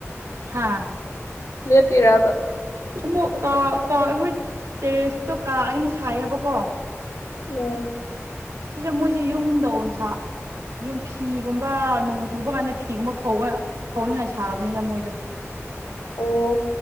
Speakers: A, on the right; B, on the left.
A: ꯍꯥꯥ
B: ꯂꯦꯞꯄꯤꯔꯕ
A: ꯑꯃꯨꯛ ꯀꯥ ꯀꯥ ꯑꯩꯈꯣꯏ ꯇꯦꯔꯦꯁꯇꯣ ꯀꯥ ꯑꯅꯤ ꯁꯥꯏꯌꯦꯕꯀꯣ
B: ꯎꯝ
A: ꯁꯤꯁꯦ ꯃꯣꯏꯁꯦ ꯌꯨꯝꯗ ꯑ ꯁꯥ ꯌꯨꯝ ꯐꯤꯒꯨꯝꯕ ꯅꯣꯡ ꯆꯨꯕ ꯀꯥꯟꯗ ꯐꯤꯒꯨꯝꯕ ꯐꯧꯕ ꯐꯧꯅꯤꯉꯥꯏ ꯁꯥꯕꯅꯤꯅ ꯃꯣꯏꯗꯣ
B: ꯑꯣ